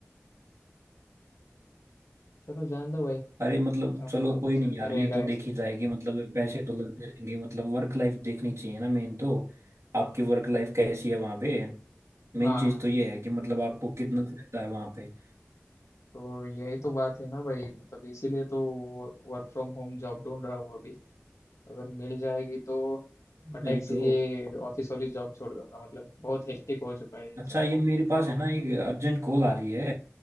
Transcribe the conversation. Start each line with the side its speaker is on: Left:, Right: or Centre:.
Left: चलो जान दो भाई
Right: अरे मतलब
Left: अब
Right: चलो कोई नहीं
Left: चलता
Right: यार ये
Left: रहेगा
Right: तो देखी
Left: ऐसे ही
Right: जाएगी मतलब पैसे तो लगते रहेंगे मतलब वर्क लाइफ देखनी चाहिए ना मेन तो आपकी वर्क लाइफ कैसी है वहाँ पे मेन
Left: हाँ
Right: चीज़ तो ये है कि मतलब आपको कितना फायदा है वहाँ पे
Left: तो यही तो बात है ना भाई मतलब इसीलिए तो वर्क फ्रॉम होम जॉब ढूंढ रहा हूँ अभी अगर मिल जाएगी तो फटाक
Right: वही
Left: से
Right: तो
Left: ये ऑफिस वाली जॉब छोड़ दूंगा मतलब बहुत हेक्टिक हो चुका है ये
Right: अच्छा
Left: सब
Right: ये मेरे पास है ना एक अर्जेंट कॉल आ रही है